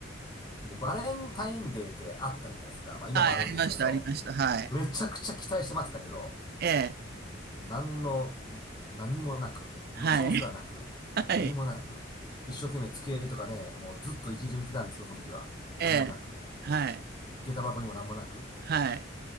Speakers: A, on the left (about 20°); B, on the right (about 50°).
A: で、バレンタインデーってあったじゃないですか。まあ今もあるんですけど、
B: はい、ありましたありました。はい。
A: めちゃくちゃ期待して待ってたけど、
B: ええ。
A: 何の、何もなく、予兆すらなく、
B: はい。<laughs> はい。
A: 何もなく、一生懸命机とかね、もうずっと一日中見てたんですけど、その時は。
B: ええ。
A: 何もなく、
B: はい。
A: 下駄箱にも何もなく、
B: はい。